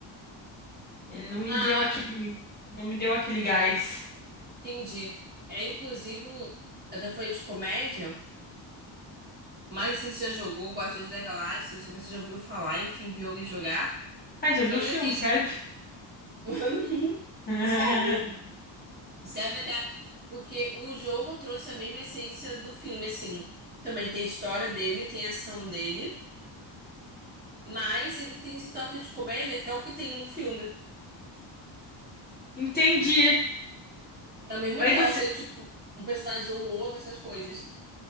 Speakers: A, on the left; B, on the right.
A: Ele não me
B: Ah,
A: deu aquele, não me deu aquele gás.
B: entendi. É inclusive um. Até falei de comédia, mas não sei se você já jogou Guardiões da Galáxia, ou se você já ouviu falar, enfim, viu alguém jogar.
A: Ai, já viu
B: Ele
A: os filmes,
B: tem.
A: sério?
B: <laughs>
A: <laughs>
B: Serve! Serve até porque o jogo trouxe a mesma essência do filme, assim. Também tem a história dele, tem a ação dele, mas ele tem esse toque de comédia que é o que tem no filme.
A: Entendi.
B: É o mesmo
A: Aí
B: toque
A: você,
B: do tipo, um personagem zoa o outro, essas coisas.